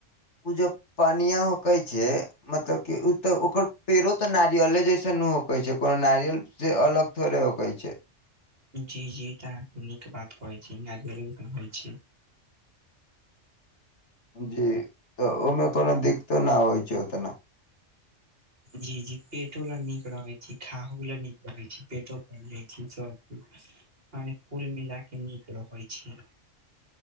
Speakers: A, on the left; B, on the right.
A: ऊ जे पनिया होके छै मतलब की उ त ओकर पेड़ो ते नारियले जैसे सनु होकै छै कोनो नारियल से अलग थोड़े होकै छै
B: जी जी ई तऽ अहाॅं नीक बात कहै छी नारियले जकां होइ छै
A: जी तऽ ओमे कोनो दिक्कतो ना होइ छै ओतना
B: जी जी पेटो ला नीक रहै छै खाहो ला नीक रहैत छै पेटो भर जाइ छै सबकुछ माने कुल मिला के नीक रहै छै